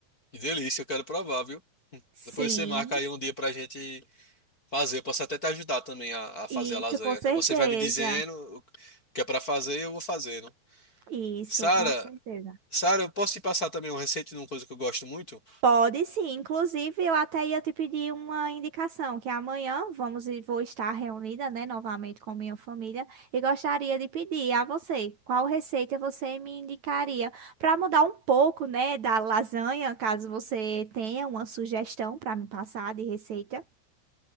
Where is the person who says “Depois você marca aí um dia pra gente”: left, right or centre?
Left